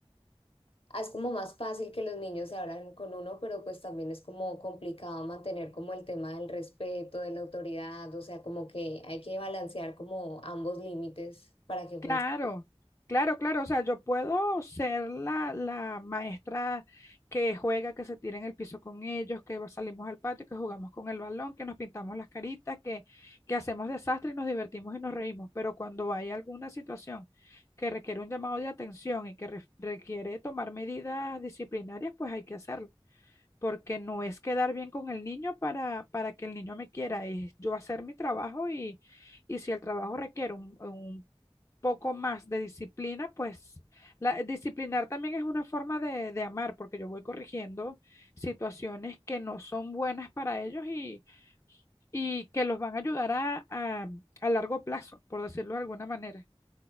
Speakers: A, on the left (about 60°); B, on the left (about 25°).
A: Ah, Es como más fácil que los niños se abran con uno, pero pues también es como complicado mantener como el tema del respeto, de la autoridad, o sea, como que hay que balancear como ambos límites para que
B: Claro,
A: funcione.
B: claro, claro. O sea, yo puedo ser la, la maestra que juega, que se tira en el piso con ellos, que salimos al patio, que jugamos con el balón, que nos pintamos las caritas, que, que hacemos desastre y nos divertimos y nos reímos. Pero cuando hay alguna situación que requiere un llamado de atención y que re- requiere tomar medidas disciplinarias, pues hay que hacerlo. Porque no es quedar bien con el niño para, para que el niño me quiera, es yo hacer mi trabajo y, y si el trabajo requiere un, un poco más de disciplina, pues la, disciplinar también es una forma de, de amar, porque yo voy corrigiendo situaciones que no son buenas para ellos y, y que los van a ayudar a, a, a largo plazo, por decirlo de alguna manera.